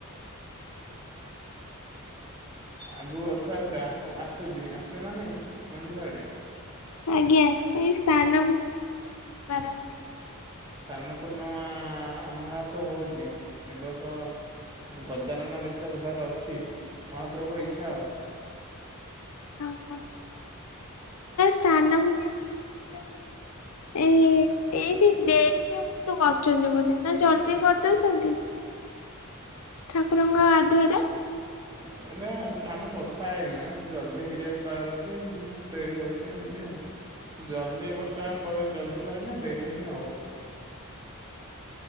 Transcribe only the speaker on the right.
ଆଗକୁ ରଥଯାତ୍ରା ହଉ ଆସୁଚି ଆସିବ ନା ନାଇଁ ମନ୍ଦିର ଆଡେ?
ସ୍ତାନ ପୂର୍ଣ୍ଣମା ଆ ଆ ଆମ ଗାଁରେ ତ ହଉଚି। ଏ ବର୍ଷ ଗଜାନନ ବେଶ ହେବାର ଅଛି ମହାପ୍ରଭୁ ଇଚ୍ଛା ଆଉ।
<inaudible>
<inaudible>
ହଁ। ଏ ଆମେ କଥା ହେଇନୁ ଜଲ୍ଦି ହେଇଯାଇପାରୁଛି ଡେରି ହେଉଛି ଏମିତି ଆଉ। ଜଲଦି ବଷା ପରେ ଜଲଦି କ ନା ଡେରି ହିଁ ହବ।